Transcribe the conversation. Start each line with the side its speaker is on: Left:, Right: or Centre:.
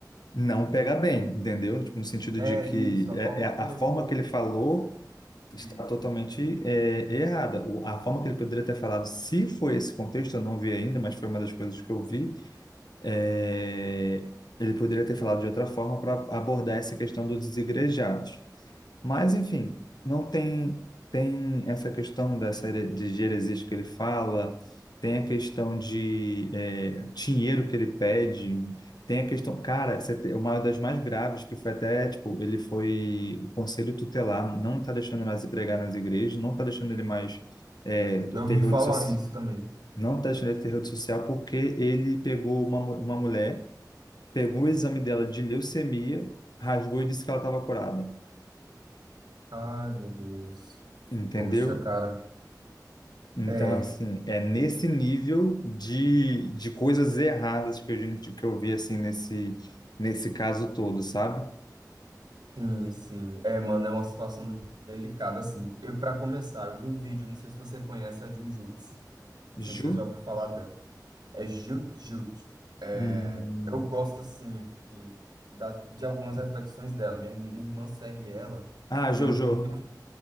Left: não pega bem, entendeu? Tipo, no sentido
Right: É
Left: de que
Right: isso, a
Left: é,
Right: forma
Left: é a
Right: como
Left: forma
Right: ele colocou
Left: que ele falou Está
Right: isso.
Left: totalmente é, errada. O- a forma que ele poderia ter falado, se foi esse contexto, eu não vi ainda, mas foi uma das coisas que eu vi. é, ele poderia ter falado de outra forma para abordar essa questão dos desigrejados. Mas, enfim, não tem tem essa questão dessa here- de heresias que ele fala, tem a questão de eh, dinheiro que ele pede, tem a questão, cara, você tem- uma das mais graves que foi até, tipo, ele foi o conselho tutelar não está deixando ele mais ir pregar nas igrejas, não está deixando ele mais eh,
Right: Eu
Left: ter
Right: ouvi
Left: rede
Right: falar
Left: so-
Right: disso também.
Left: não está deixando ele ter rede social porque ele pegou uma, mu- uma mulher, pegou o exame dela de leucemia, rasgou e disse que ela estava curada,
Right: Ai, meu Deus.
Left: entendeu?
Right: Poxa, cara.
Left: Então,
Right: É,
Left: assim, é nesse nível de, de coisas erradas que a gente que eu vi assim nesse nesse caso todo, sabe?
Right: sim, sim. É, mano, é uma situação muito delicada, assim. Eu, para começar, eu vi um vídeo, não sei se você conhece a Jujutsu. Não sei
Left: Ju?
Right: se você já ouviu falar dela. É Jut-Jut. É,
Left: Hum.
Right: eu gosto, assim, das, de algumas reflexões dela. Minha, minha irmã segue ela
Left: Ah, Jojo.
Right: e eu vi um vídeo...